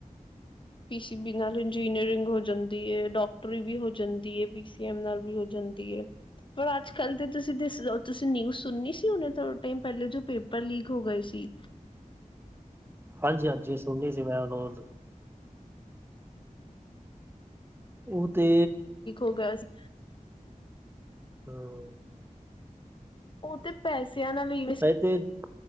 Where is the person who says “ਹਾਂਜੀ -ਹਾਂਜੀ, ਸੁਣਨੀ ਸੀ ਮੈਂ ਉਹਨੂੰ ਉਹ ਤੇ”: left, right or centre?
Right